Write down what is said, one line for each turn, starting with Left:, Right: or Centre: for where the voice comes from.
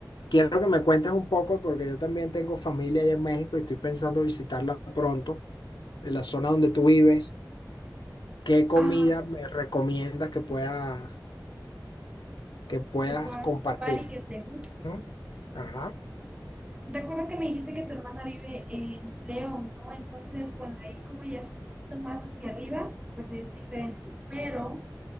Left: quiero que me cuentes un poco, porque yo también tengo familia allá en México y estoy pensando visitarla pronto, en la zona donde tú vives. ¿Qué comida
Right: Ah,
Left: me recomiendas que pueda que puedas
Right: que puedas
Left: compartir.
Right: probar y que te guste.
Left: ¿no?
Right: Mm,
Left: Ajá.
Right: Recuerdo que me dijiste que tu hermana vive en León, ¿no? Entonces, bueno, ahí como ya es un poquito más hacia arriba, pues es diferente. Pero